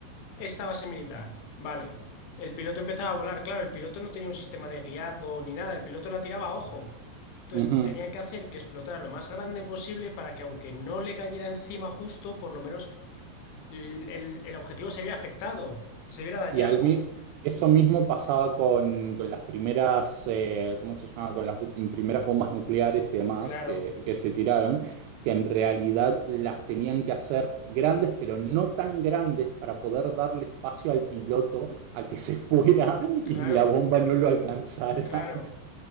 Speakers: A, on the left; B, on the right.
A: esta base militar. Vale. El piloto empezaba a volar, claro, el piloto no tenía un sistema de guiado ni nada, el piloto la tiraba a ojo. Entonces,
B: ujú.
A: tenían que hacer que explotara lo más grande posible para que aunque no le cayera encima justo, por lo menos el, el- el objetivo se viera afectado, se viera dañado.
B: Y al mi- eso mismo pasaba con, con las primeras, eh, ¿cómo se llama? Con las bu- primeras bombas nucleares y demás
A: Claro,
B: que, que se tiraron, que en realidad las tenían que hacer grandes, pero no tan grandes para poder darle espacio al piloto a que se <laughs> fuera
A: claro,
B: y la bomba no lo alcanzara.
A: claro.